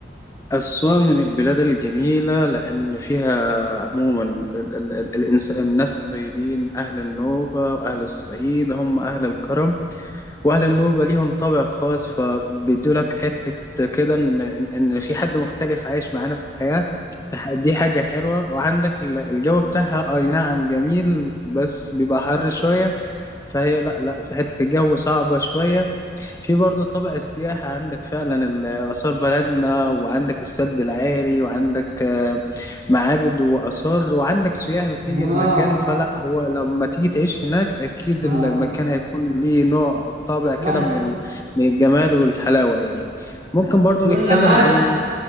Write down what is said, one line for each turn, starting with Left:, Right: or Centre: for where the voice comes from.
Left: أسوان من البلاد الجميلة لأن فيها عموما ال ال ال الإنس الناس طيبين أهل النوبة وأهل الصعيد هم أهل الكرم وأهل النوبة ليهم طابع خاص فبيدولك حتة كده إن إن إن في حد مختلف عايش معانا في الحياة ح- دي حاجة حلوة وعندك ال- الجو بتاعها أي نعم جميل بس بيبقى حر شوية فهي لا لا في حتة الجو صعبة شوية في برضه طابع السياحة عندك فعلا ال- آثار بلدنا وعندك السد العالي وعندك آه، معابد وآثار وعندك سياح بتيجي
Right: آه
Left: المكان فلا هو لما تيجي تعيش هناك أكيد
Right: ماشي
Left: ال- المكان هيكون ليه نوع طابع
Right: ماشي
Left: كده من ال- من الجمال والحلاوة يعني ممكن برضه
Right: قلنا
Left: نتكلم
Right: ماشي
Left: عن